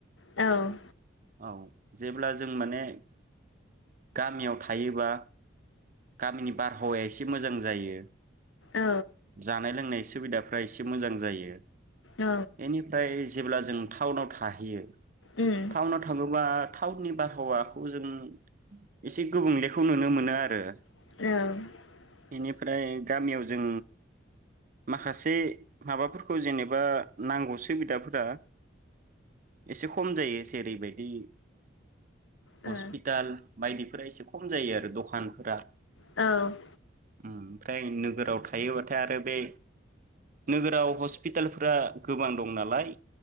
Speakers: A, on the left; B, on the right.
A: औ
B: औ जेब्ला जों माने गामियाव थायोबा गामिनि बारहावाया एसे मोजां जायो।
A: औ
B: जानाय लोंनाय सुबिदाफ्रा एसे मोजां जायो
A: औ
B: एनिफ्राय जेब्ला जों टाउनाव थाहैयो
A: उम
B: टाउनाव थाङोबा टाउननि बारहावाखौ जों एसे गुबुंलेखौ नुनो मोनो आरो
A: औ
B: निफ्राय गामियाव जों माखासे माबाफोरखौ जेनेबा नांगौ सुबिदाफोरा एसे खम जायो जेरैबायदि
A: औ
B: हस्पिटाल बायदिफोरा एसे खम जायो आरो दखानफोरा
A: औ
B: उम ओमफ्राय नोगोराव थायोबाथाय आरो बे नोगोराव हस्पिटालफोरा गोबां दं नालाय